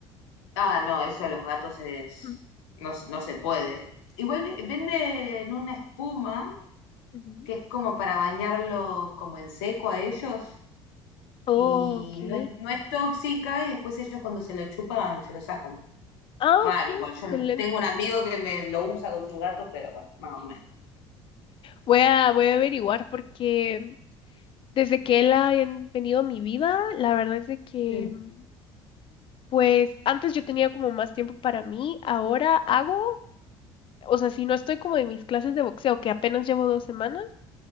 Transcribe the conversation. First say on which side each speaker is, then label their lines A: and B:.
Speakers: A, on the left; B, on the left.
A: Ah, no, eso a los gatos es...
B: Mm,
A: no, se- no se puede. Igual ve- venden una espuma
B: ujú.
A: que es como para bañarlos como en seco a ellos
B: Oh,
A: y
B: ok.
A: no es, no es tóxica y después ellos cuando se la chupan se lo sacan.
B: Ah,
A: Raro,
B: ok,
A: igual. Yo
B: excelente.
A: no- tengo un amigo que me lo usa con su gato, pero bueno, más o menos.
B: Voy a, voy a averiguar porque desde que él ha ven- venido a mi vida, la verdad es de que,
A: Sí,
B: mm, pues antes yo tenía como más tiempo para mí, ahora hago, o sea, si no estoy como en mis clases de boxeo, que apenas llevo dos semanas,